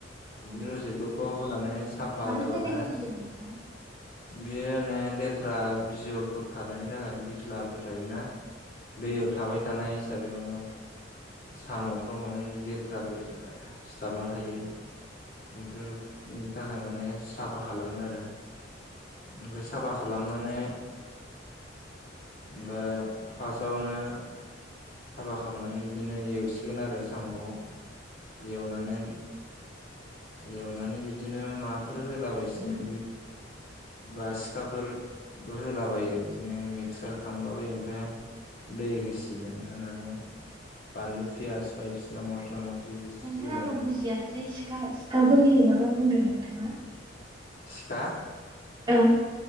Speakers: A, on the left; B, on the right.
A: बिदिनो
B: औ
A: रसे गोबाव होनानै साफा
B: मानि
A: जाबाथाय
B: थाखाय होयो नोंथां
A: <unintelligible> लेथ्रा आ बिजलफोर खरनायनि थाखाय बिज्लाफोर थायोना दैयाव थाबाय थानाय साबै माने साम'फ्राव
B: साम'खौ?
A: माने जे <unintelligible> सिथाबना थायो बेफोरनि थाखाय माने साफा खालामो आरो ओमफ्राय साफा खालामनानै ओमफ्राय फार्स्टआवनो साफा खालामनानै बिदिनो एवसि गोन आरो साम'खौ एवनानै एवनानै बिदिनो माबाफोर होलाबायसिगोन बा सिखाफोरबो होलाबायो बिदिनो मिक्सार खालामलाबायो ओमफ्राय दै होसिगोन होनानै बानलु पियास बायदिसिना मस्ला मस्लि होसिगोन
B: नोंथां आङो
A: आरो
B: बुजियासै सिखा सि खाबो होयो नामा बुंदों नोंथाङा
A: सिखा?
B: औ